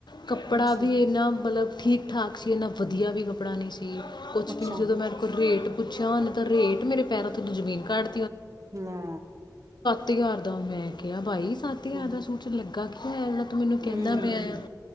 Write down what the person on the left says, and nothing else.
ਕੱਪੜਾ
ਵੀ ਇੰਨਾ ਮਤਲਬ ਠੀਕ-ਠਾਕ ਤੁਸੀਂ ਇੰਨਾ ਵਧੀਆ ਵੀ ਕੱਪੜਾ ਨਹੀਂ ਸੀ, ਕੁਛ
ਵੀ ਨਹੀਂ ਉਦੋਂ ਮੇਰੇ ਕੋਲ ਰੇਟ ਪੁੱਛਿਆ ਉਹਨੇ ਤਾਂ ਰੇਟ ਮੇਰੇ ਪੈਰਾਂ ਥੱਲੋ ਜ਼ਮੀਨ ਕੱਢ
ਛੱਤੀ ਹਜ਼ਾਰ ਦਮ ਮੈਂ ਕਿਹਾ ਬਾਈ ਸੱਤ ਹਜ਼ਾਰ
ਦਾ ਸੂਟ 'ਚ <unintelligible> ਤੂੰ ਮੈਨੂੰ ਕਹਿੰਦਾ
ਪਿਆ ਆ।